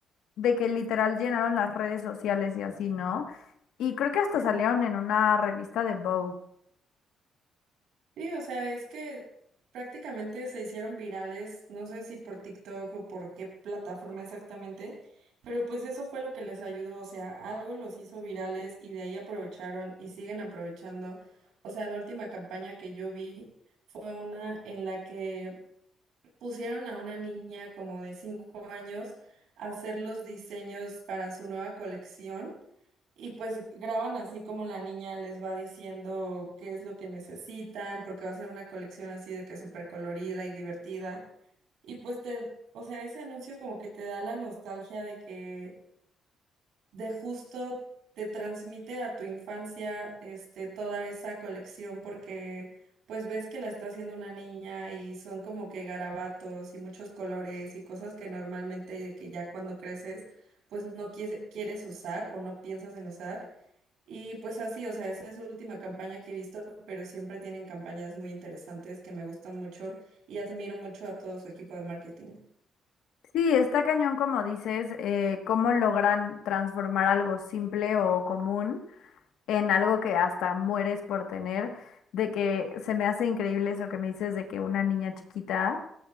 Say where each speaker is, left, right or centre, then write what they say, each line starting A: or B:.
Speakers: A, on the left (about 80°); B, on the right (about 80°).
A: de que literal llenaron las redes sociales y así, ¿no? Y creo que hasta salieron en una revista de Vogue.
B: Sí, o sea, es que prácticamente se hicieron virales, no sé si por TikTok o por qué plataforma exactamente, pero pues eso fue lo que les ayudó, o sea, algo los hizo virales y de ahí aprovecharon y siguen aprovechando. O sea, la última campaña que yo vi fue una en la que pusieron a una niña como de cinco años a hacer los diseños para su nueva colección. Y pues graban así como la niña les va diciendo qué es lo que necesitan, porque va a ser una colección así de que súper colorida y divertida. Y pues te, o sea, ese anuncio como que te da la nostalgia de que de justo te transmite a tu infancia este toda esa colección porque pues ves que la está haciendo una niña y son como que garabatos y muchos colores y cosas que normalmente de que ya cuando creces pues no quie- quieres usar o no piensas en usar y pues así, o sea, esa es su última campaña que he visto, pero siempre tienen campañas muy interesantes que me gustan mucho y admiro mucho a todo su equipo de marketing.
A: Sí, está cañón, como dices, eh, cómo logran transformar algo simple o común en algo que hasta mueres por tener, de que se me hace increíble eso que me dices de que una niña chiquita